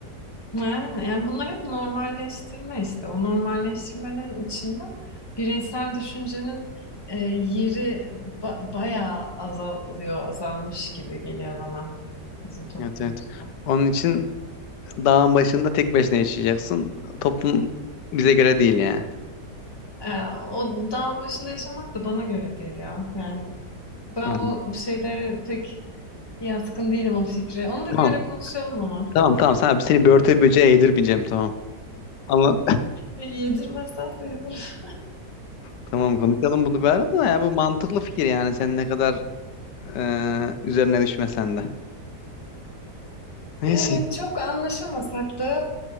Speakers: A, on the left; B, on the left.
A: Yani, yani bunlar hep normalleştirme işte. O normalleştirmenin içinde bireysel düşüncenin e, yeri ba- bayağı azalıyor, azalmış gibi geliyor bana bizim toplumumuzda.
B: Evet evet. Onun için dağın başında tek başına yaşayacaksın. Toplum bize göre değil yani.
A: E, o dağın başında yaşamak da bana göre değil ya. Yani ben
B: Ha,
A: o şeylere pek yatkın değilim o fikre. Onu da
B: Tamam
A: bir ara konuşalım ama.
B: tamam tamam sen, seni börte böceğe yedirmeyeceğim tamam. Anlat.
A: E, Yedirmezsen sevinirim. <laughs>
B: Tamam konuşalım bunu bir arada da ya bu mantıklı fikir yani sen ne kadar Ee, üzerine düşme sen de. Neyse,
A: E, çok anlaşamasak da